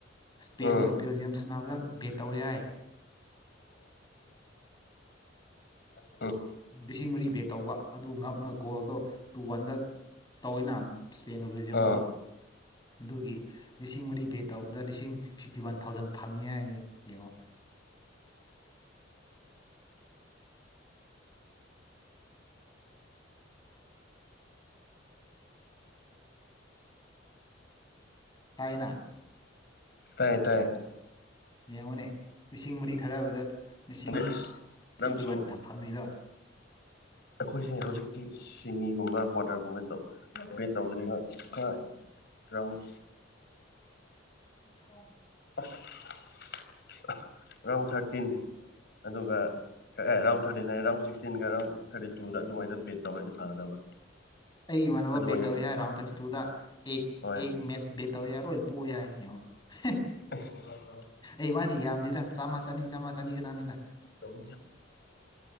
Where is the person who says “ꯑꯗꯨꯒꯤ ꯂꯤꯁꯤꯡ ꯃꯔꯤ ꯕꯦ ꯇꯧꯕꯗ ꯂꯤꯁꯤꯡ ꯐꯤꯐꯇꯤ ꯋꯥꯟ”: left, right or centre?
Left